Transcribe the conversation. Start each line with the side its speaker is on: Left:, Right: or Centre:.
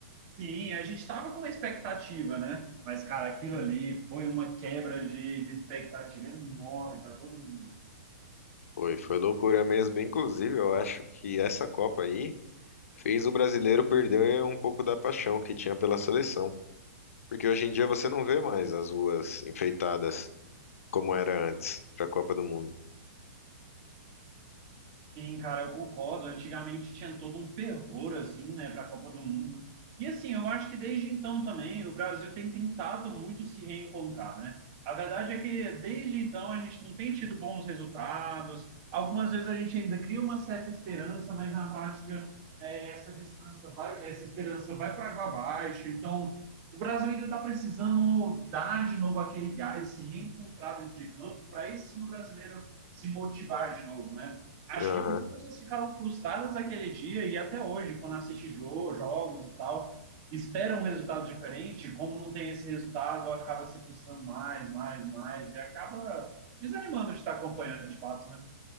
Right: Sim, a gente tava com uma expectativa, né? Mas, cara, aquilo ali foi uma quebra de, de expectativa enorme para todo mundo.
Left: Foi, foi loucura mesmo. Inclusive, eu acho que essa Copa aí fez o brasileiro perder um pouco da paixão que tinha pela seleção. Porque hoje em dia você não vê mais as ruas enfeitadas como era antes para a Copa do Mundo.
Right: Sim, cara, eu concordo. Antigamente tinha todo um fervor, assim, né, para a Copa do Mundo. E, assim, eu acho que desde então também o Brasil tem tentado muito se reencontrar, né? A verdade é que desde então a gente não tem tido bons resultados. Algumas vezes a gente ainda cria uma certa esperança, mas na prática é, essa distância vai, essa esperança vai para água abaixo. Então, o Brasil ainda está precisando dar de novo aquele gás, se reencontrar dentro de campo, para esse sim o brasileiro se motivar de novo, né? acho
Left: Aham.
Right: que muitas pessoas ficaram frustradas naquele dia e até hoje, quando assiste jogo, jogos e tal, esperam um resultado diferente. Como não tem esse resultado, acaba se frustrando mais, mais, mais e acaba desanimando de estar acompanhando de fato, né?